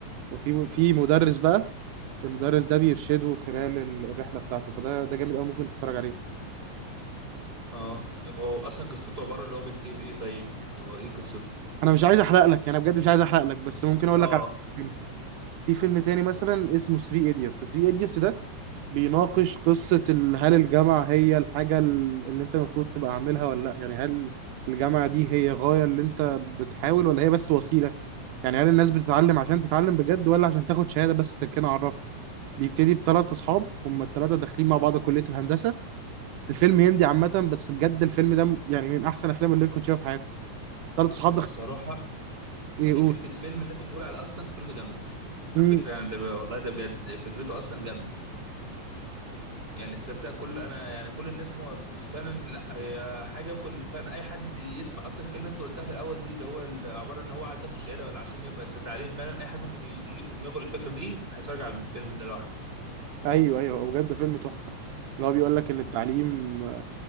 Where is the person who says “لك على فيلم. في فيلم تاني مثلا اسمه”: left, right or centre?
Right